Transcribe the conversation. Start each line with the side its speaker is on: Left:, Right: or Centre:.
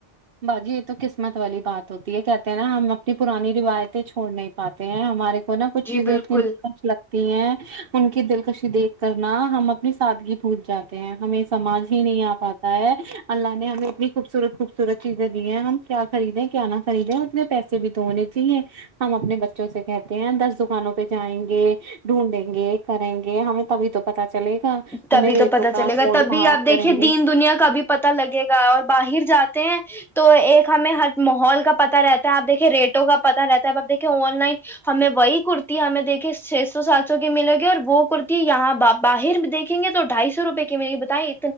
Right: باجی یہ تو قسمت والی بات ہوتی ہے کہتے ہیں نا ہم اپنی پرانی روایتیں چھوڑ نہیں پاتے ہیں ہمارے نا کچھ
Centre: جی
Right: چیزیں
Centre: بالکل
Right: اتنی دلکش لگتی ہیں ان کی دلکش دیکھ کرنا ہم اپنی سادگی پوج جاتے ہیں ہمیں سماج ہی نہیں آ پاتا ہے اللہ نے ہمیں اتنی خوبصورت خوبص صورت چیزیں دی ہیں ہم کیا خریدیں کیا نہ خریدیں اتنے پیسے بھی تو ہونے چاہیے ہم اپنے بچوں سے کہتے ہیں دس دکانوں پہ جائیں گے ڈھونڈیں گے کریں گے ہمیں تبھی تو پتا چلے گا
Centre: تبھی
Right: ہمیں ریٹوں
Centre: تو پت
Right: کا
Centre: چلے گا
Right: مول
Centre: تبھی
Right: بھاؤ
Centre: آپ دیکھیے
Right: کریں گے
Centre: دین دنیا کا بھی پتا لگے گا اور باہر جاتے ہیں تو ایک ہمیں ہر ماحول کا پتا رہتا ہے آپ دیکھے ریٹوں کا پتا رہتا ہے ا آپ دیکے آن لائن ہمیں وہی کرتی ہمیں دیکے چھ سو سات سو کی ملے گی اور وہ کرتی یہاں باہر دیکیں گے تو ڈھائی سو روپئے کے مجھے بتائی